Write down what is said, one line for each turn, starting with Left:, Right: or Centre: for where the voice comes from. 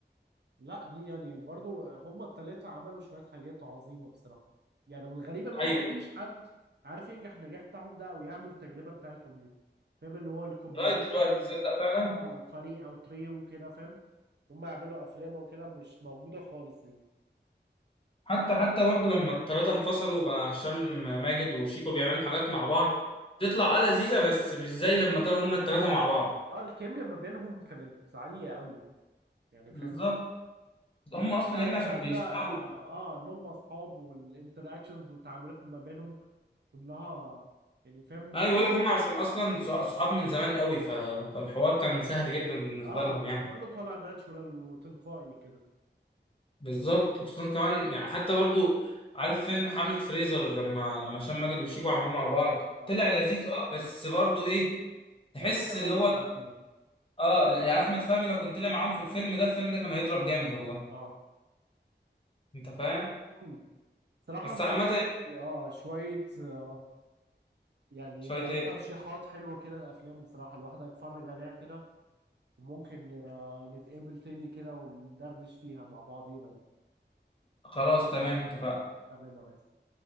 Right: لا دي يعني برضو هما الثلاثه عملوا شويه حاجات عظيمه بصراحه يعني والغريب ان هو
Left: أيوة
Right: ما فيش حد عارف ينجح النجاح بتاعهم ده او يعمل التجربه بتاعتهم دي فاهم اللي هو الكومباينيشن
Left: لغاية دلوقتي
Right: ال...
Left: تصدق فعلا
Right: اه الفريق او تريو وكده فاهم هما يعملوا افلام وكده مش موجوده خالص يعني
Left: حتى حتى برضو لما التلاتة انفصلوا بقى هشام ماجد وشيكو بيعملوا حاجات
Right: اه
Left: مع بعض تطلع آه لذيذة بس مش زي لما كانوا هما التلاتة مع بعض
Right: اه الكيميا ما بينهم كانت عاليه قوي يعني
Left: بالظبط
Right: فاهم
Left: هما
Right: المتعة
Left: أصلا يا ابني
Right: السادة
Left: عشان بيشتغلوا
Right: اه آه، ان هم اصحاب والانتراكشنز والتعاملات ما بينهم كلها يعني فاهم
Left: أيوة بقول لك هما عشان أصلا صح- صحاب من زمان أوي ف... فالحوار كان سهل جدا بالنسبة
Right: اه
Left: لهم يعني
Right: كله طالع ناتشورال وتلقائي كده
Left: بالظبط وخصوصا كمان يعني حتى برضو عارف فيلم حملة فريزر لما لما هشام ماجد وشيكو عملوه مع بعض
Right: اه
Left: طلع لذيذ اه بس برضو ايه تحس
Right: في حاجة ناقصة
Left: اللي هو
Right: كده
Left: اه يعني احمد فهمي لو كان طلع معاهم في الفيلم ده الفيلم ده كان هيضرب جامد والله
Right: اه
Left: انت فاهم
Right: امم صراحة
Left: بس
Right: انت
Left: عامة
Right: اديتني
Left: يعني
Right: اه شوية آه يعني
Left: شوية
Right: آه،
Left: ايه
Right: ترشيحات حلوة كده الافلام بصراحة الواحد هيتفرج عليها كده وممكن آه نتقابل تاني كده وندردش فيها مع بعضينا
Left: خلاص تمام اتفقنا
Right: تمام يا ريس